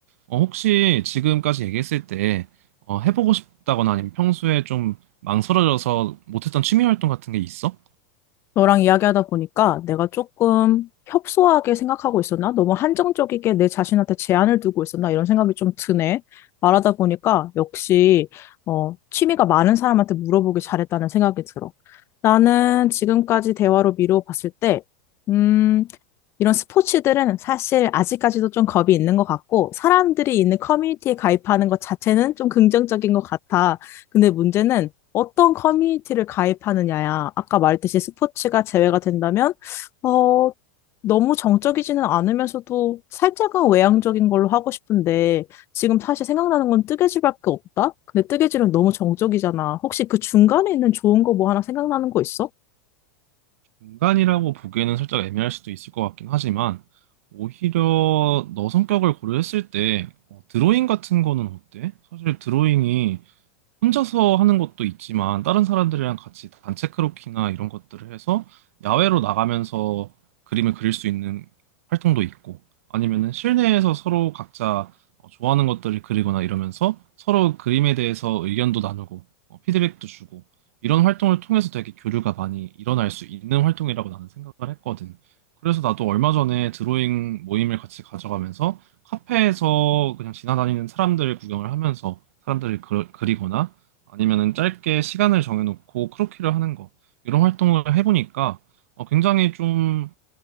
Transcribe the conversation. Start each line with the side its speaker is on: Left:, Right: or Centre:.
Right: 어, 혹시 지금까지 얘기했을 때, 어, 해보고 싶다거나 아니면 평소에 좀 망설여져서 못했던 취미 활동 같은 게 있어?
Left: 너랑 이야기하다 보니까 내가 조금 협소하게 생각하고 있었나? 너무 한정적이게 내 자신한테 제한을 두고 있었나? 이런 생각이 좀 드네. 말하다 보니까 역시 어, 취미가 많은 사람한테 물어보길 잘했다는 생각이 들어. 나는 지금까지 대화로 미루어 봤을 때, 음, 이런 스포츠들은 사실 아직까지도 좀 겁이 있는 것 같고, 사람들이 있는 커뮤니티에 가입하는 것 자체는 좀 긍정적인 것 같아. 근데 문제는 어떤 커뮤니티를 가입하느냐야. 아까 말했듯이 스포츠가 제외가 된다면, 어, 너무 정적이지는 않으면서도 살짝은 외향적인 걸로 하고 싶은데, 지금 사실 생각나는 건 뜨개질밖에 없다? 근데 뜨개질은 너무 정적이잖아. 혹시 그 중간에 있는 좋은 거 뭐 하나 생각나는 거 있어?
Right: 공간이라고 보기에는 살짝 애매할 수도 있을 것 같긴 하지만, 오히려 너 성격을 고려했을 때, 어, 드로잉 같은 거는 어때? 사실 드로잉이 혼자서 하는 것도 있지만 다른 사람들이랑 같이 단체 크로키나 이런 것들을 해서 야외로 나가면서 그림을 그릴 수 있는 활동도 있고 아니면은 실내에서 서로 각자 어, 좋아하는 것들을 그리거나 이러면서 서로 그림에 대해서 의견도 나누고 어, 피드백도 주고 이런 활동을 통해서 되게 교류가 많이 일어날 수 있는 활동이라고 나는 생각을 했거든. 그래서 나도 얼마 전에 드로잉 모임을 같이 가져가면서 카페에서 그냥 지나다니는 사람들 구경을 하면서 사람들을 그- 그리거나 아니면은 짧게 시간을 정해놓고 크로키를 하는 거 이런 활동을 해보니까 어, 굉장히 좀